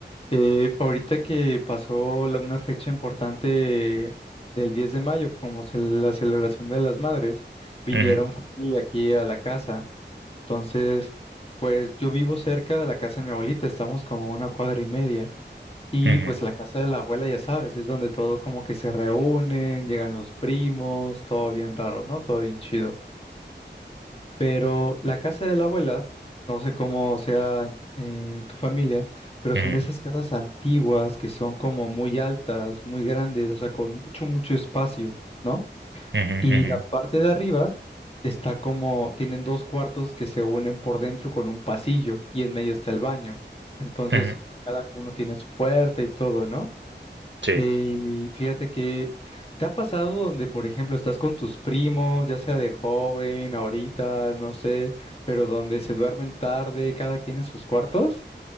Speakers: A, on the left; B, on the right.
A: Eh, ahorita que pasó la- una fecha importante del 10 de mayo, como se- la celebración de las madres, vinieron
B: Ujú,
A: familia aquí a la casa. Entonces, pues yo vivo cerca de la casa de mi abuelita, estamos como a una cuadra y media. Y
B: ujú,
A: pues la casa de la abuela, ya sabes, es donde todo como que se reúnen, llegan los primos, todo bien raro, ¿no? Todo bien chido. Pero la casa de la abuela, no sé cómo sea en en tu familia, pero
B: Bien.
A: son de esas casas antiguas que son como muy altas, muy grandes, o sea, con mucho, mucho espacio, ¿no?
B: Ujú,
A: Y
B: ujú,
A: la parte de arriba está como, tienen dos cuartos que se unen por dentro con un pasillo y en medio está el baño. Entonces,
B: ujú.
A: cada uno tiene su puerta y todo, ¿no?
B: Sí.
A: Eh, Y fíjate que te ha pasado donde, por ejemplo, estás con tus primos, ya sea de joven, ahorita, no sé, pero donde se duermen tarde, cada quien en sus cuartos.